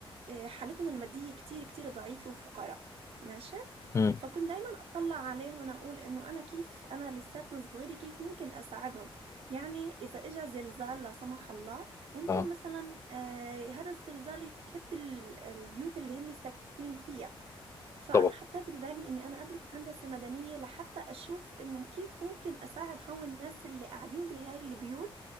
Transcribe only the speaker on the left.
امم
اه
طبعا